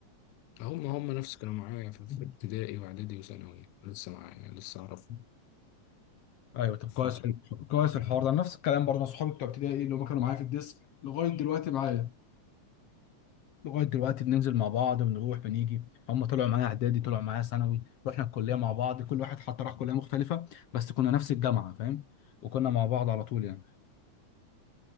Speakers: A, on the left; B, on the left.
A: هم هم نفس كانوا معايا في في
B: <laughs>
A: ابتدائي وإعدادي وثانوي لسه معايا لسه أعرفهم
B: مم. ايوه طب
A: ف
B: كويس حلو. كويس الحوار ده نفس الكلام برضه أنا صحابي بتوع ابتدائي اللي هم كانوا معايا في الديسك لغايه دلوقتي معايا لغايه دلوقتي بننزل مع بعض بنروح بنيجي هم طلعوا معايا اعدادي طلعوا معايا ثانوي رحنا الكليه مع بعض كل واحد حتى راح كليه مختلفه بس كنا نفس الجامعه فاهم وكنا مع بعض على طول يعني